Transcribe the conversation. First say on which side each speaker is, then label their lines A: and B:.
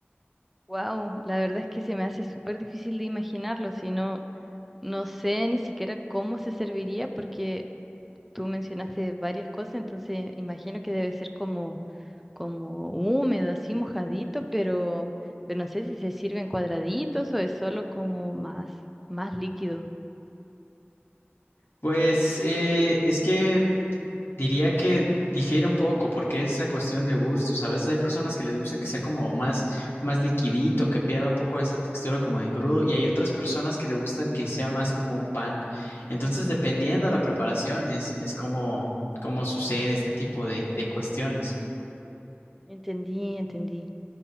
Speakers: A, in the centre; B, on the left.
A: Wow, la verdad es que se me hace súper difícil de imaginarlo, si no, no sé ni siquiera cómo se serviría porque tú mencionaste varias cosas, entonces imagino que debe ser como, como húmedo, así mojadito, pero, pero no sé si se sirve en cuadraditos o es solo como más, más líquido.
B: Pues eh, es que Diría que difiere un poco porque es esa cuestión de gustos. A veces hay personas que les gustan que sea como más, más liquidito, que pierda un poco esa textura como de engrudo, y hay otras personas que les gustan que sea más como un pan. Entonces, dependiendo de la preparación, es, es como, como sucede este tipo de, de cuestiones.
A: Entendí, entendí.